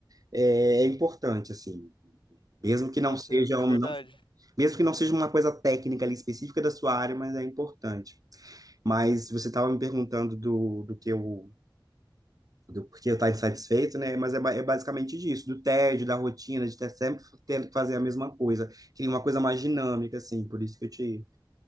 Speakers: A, on the right; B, on the left.
A: É, é importante assim, mesmo que
B: Nossa,
A: não seja
B: é, é
A: um,
B: verdade.
A: não mesmo que não seja uma coisa técnica ali específica da sua área, mas é importante. Mas você estava me perguntando do, do que eu do porquê eu estar insatisfeito, né? Mas é, ba- é basicamente disso, do tédio, da rotina, de ter sempre ter que fazer a mesma coisa. Queria uma coisa mais dinâmica, assim, por isso que eu te,